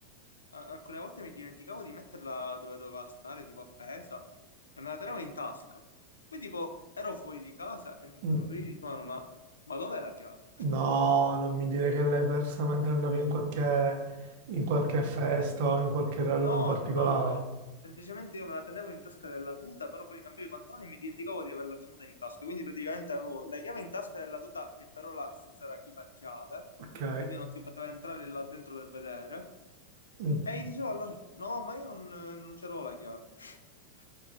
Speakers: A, on the left (about 80°); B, on the right (about 55°).
A: a- alcune volte mi dimenticavo di metterla dove doveva stare, tipo appesa, e me la tenevo in tasca. Poi tipo ero fuori di casa e mi
B: mm.
A: mi dicevano ma, ma dov'è la chiave?
B: No, non mi dire che l'hai persa mentre andavi in qualche, in qualche festa o in qualche raduno
A: No,
B: particolare.
A: no, no, semplicemente io me la tenevo in tasca della tuta, però poi mi cambiavo i pantaloni e mi dimenticavo di averla tenuta in tasca, quindi praticamente avevo la chiave in tasca della tuta che però la stanza era chiusa a chiave,
B: Ok?
A: quindi non si poteva entrare là dentro per vedere,
B: Mm.
A: e gli dicevo allora, no, ma io non, non ce l'ho la chiave, <laughs>